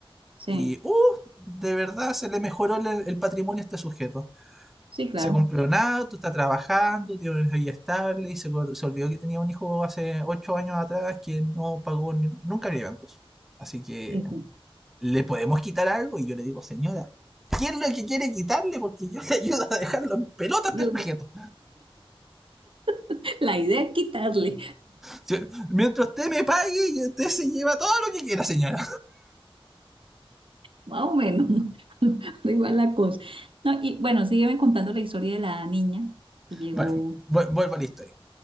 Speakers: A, on the right; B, in the centre.
A: sí.
B: Y, uh, de verdad se le mejoró el, el patrimonio a este sujeto.
A: Sí, claro.
B: se compró nada, tú estás trabajando, tienes una vida estable y se, se olvidó que tenía un hijo hace ocho años atrás que no pagó ni- nunca alimentos. Así que
A: Sí, sí.
B: le podemos quitar algo y yo le digo, señora, ¿qué es lo que quiere quitarle? Porque yo le ayudo a dejarlo en pelota a este
A: Yo-
B: sujeto.
A: <laughs> la idea es quitarle,
B: Si- Mientras usted me pague, usted se lleva todo lo que quiera, señora.
A: más o menos. <laughs> Da Igual la cosa. No, y bueno, sígueme contando la historia de la niña que llegó.
B: Bueno, vu- vuelvo a la historia.